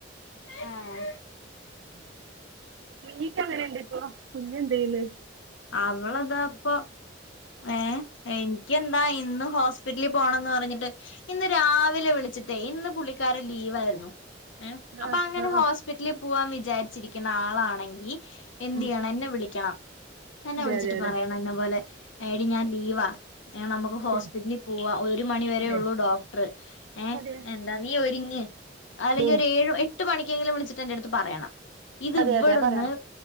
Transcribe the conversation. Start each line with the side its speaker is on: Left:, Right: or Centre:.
Left: ആഹ്
Right: <inaudible> കുഞ്ഞിക്ക് എ ങ്ങനെയിണ്ട് പ്പൊ കുഞ്ഞു ണ്ടയില്
Left: അവളതാപ്പൊ ഏ എൻ ഇയ്യന്താ ഇന്ന് ഹോസ്പിറ്റലിൽ പോണംന്ന് പറഞ്ഞിട്ട് ഇന്ന് രാവിലെ വിളിച്ചിട്ടേ ഇന്ന് പുള്ളിക്കാരൻ ലീവായിരുന്നു <inaudible> അപ്പൊ
Right: ആഹ്
Left: അങ്ങനെ
Right: ആഹ്
Left: ഹോസ്പിറ്റലിൽ
Right: ആഹ്
Left: പോവാൻ വിചാരിച്ചിരിക്കുന്ന ആളാണെങ്കിൽ എന്തെയ്യണം
Right: ഉം
Left: എന്നെ വിളിക്കണം എന്നെ
Right: അതെ
Left: വിളിച്ചിട്ട്
Right: അതെ അതെ
Left: പറയണെന്നെ പോലെ എടീ ഞാൻ ലീവാ ഏ നമുക്ക്
Right: ആഹ്
Left: ഹോസ്പിറ്റലിൽ
Right: അതെ
Left: പോവാ ഒരു മണിവരെ
Right: അതെ
Left: ഉള്ളൂ ഡോക്ടർ ഏ
Right: അതെ
Left: എന്താ നീ ഒരു <inaudible> അല്ലെങ്കിലൊരു
Right: ഉം
Left: ഏഴ് എട്ട് എട്ട്ണിക്കെങ്കിലും വിളിച്ചിട്ടെന്റെടുത്ത് പറയണം ഇത്
Right: അതെ
Left: ഇവിട്ന്ന്
Right: അതെ പറയണം